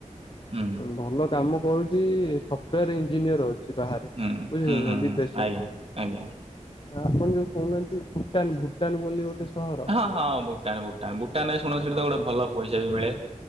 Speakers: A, on the right; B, on the left.
A: ହୁଁ
B: ଭଲ। କାମ କରୁଛି ସଫ୍ଟୱୋର ଇଞ୍ଜିନିୟର ଅଛି। ବାହାରେ
A: ହୁଁ
B: ବୁଝିଲେ
A: ହୁଁ
B: ନା ବିଦେଶରେ।
A: ହୁଁ ଆଜ୍ଞା ଆଜ୍ଞା
B: ଆପଣ ଯୋଉ କହୁନାହାନ୍ତି ଭୁଟାନ ଭୁଟାନ ବୋଲି ଗୋଟେ ସହର
A: ହଁ ହଁ ଭୁଟାନ ଭୁଟାନ ଭୁଟାନ ଶୁଣିଚି ତ ଗୋଟେ ଭଲ ପଇସା ବି ମିଳେ।